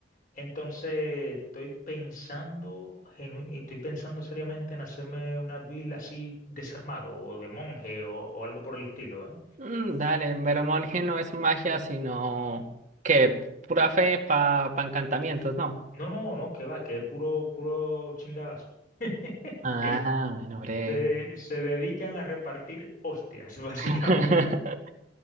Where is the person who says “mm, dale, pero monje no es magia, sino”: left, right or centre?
Right